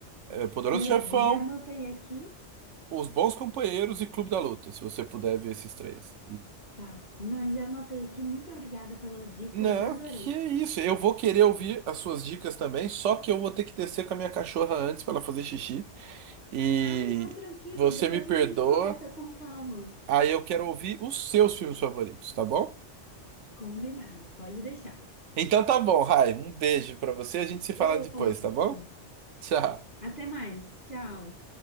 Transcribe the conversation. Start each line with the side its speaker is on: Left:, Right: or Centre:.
Right: É, Poderoso
Left: legal.
Right: Chefão,
Left: Já anotei aqui.
Right: Os Bons Companheiros e Clube da Luta, se você puder ver esses três.
Left: Tá, não, já anotei aqui. Muito obrigada pelas dicas,
Right: Não,
Left: adorei.
Right: que isso. Eu vou querer ouvir as suas dicas também, só que eu vou ter que descer com a minha cachorra antes para ela fazer xixi. E
Left: Ah, não, tranquilo.
Right: você
Left: Depois
Right: me perdoa.
Left: a gente conversa com calma.
Right: Aí eu quero ouvir os seus filmes favoritos, tá bom?
Left: Combinado, pode deixar.
Right: Então tá bom, Rai. Um beijo para você. A gente se fala
Left: Outro.
Right: depois, tá bom? Tchau.
Left: Até mais, tchau.